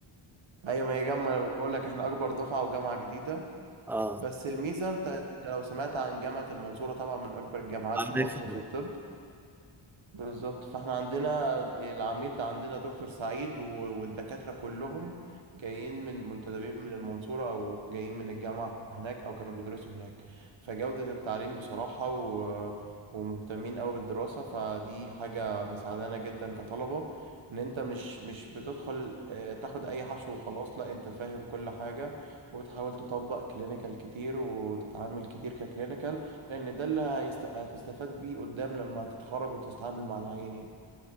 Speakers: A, on the right (about 65°); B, in the centre.
A: ايوه ما هي جامعة أنا بقول لك احنا اكبر دفعة وجامعة جديدة
B: أه
A: بس الميزة انت انت لو سمعت عن جامعة المنصورة طبعا من اكبر الجامعات
B: عارف
A: في مصر في
B: عارف.
A: الطب بالظبط فاحنا عندنا العميد عندنا دكتور سعيد و- والدكاترة كلهم جايين من منتدبين من المنصورة أو جايين من الجامعة هناك أو كانوا بيدرسوا هناك فجودة التعليم بصراحة و... ومهتمين أوي بالدراسة فدي حاجة مساعدانا جدا كطلبة إن أنت مش مش بتدخل آه، تاخد أي حشو وخلاص لا أنت فاهم كل حاجة وبتحاول تطبق كلينيكال كتير وتتعامل كتير ككلينيكال لان ده اللي هيست... هتستفاد بيه قدام لما تتخرج وتتعامل مع العيانين